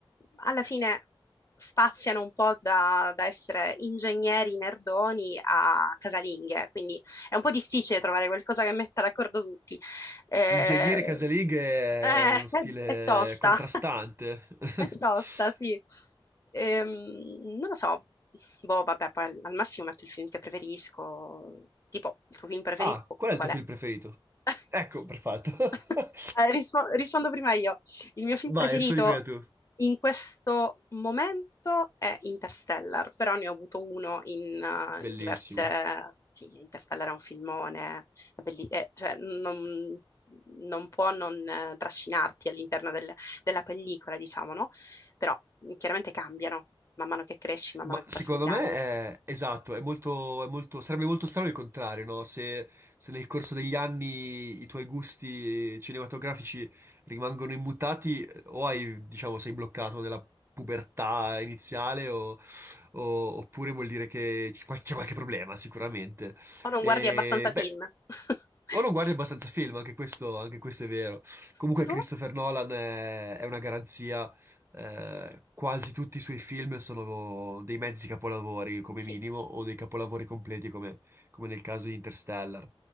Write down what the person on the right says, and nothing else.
Ingegnere casalinghe è
uno
stile
contrastante.
<laughs>
Ah,
qual
è il tuo film
preferito?
Ecco, perfetto. <laughs>
Vai,
rispondi prima tu.
Bellissimo.
Ma
secondo
me è esatto, è molto, è molto- sarebbe molto strano il contrario, no? Se, se nel corso degli anni i tuoi gusti cinematografici rimangono immutati, o hai, diciamo, sei bloccato nella pubertà iniziale, o- o- oppure vuol dire che c- c'è qualche problema, sicuramente.
E,
beh,
o non guardi abbastanza film, anche questo, anche questo è vero. Comunque
Christopher Nolan è, è una garanzia eh, quasi tutti i suoi film sono dei mezzi capolavori come
minimo o dei capolavori completi come, come nel caso di Interstellar.